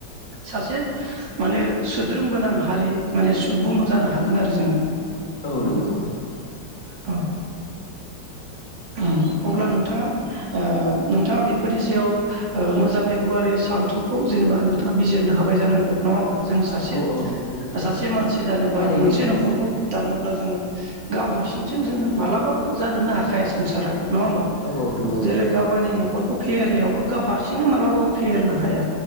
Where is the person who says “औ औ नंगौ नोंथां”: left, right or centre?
Left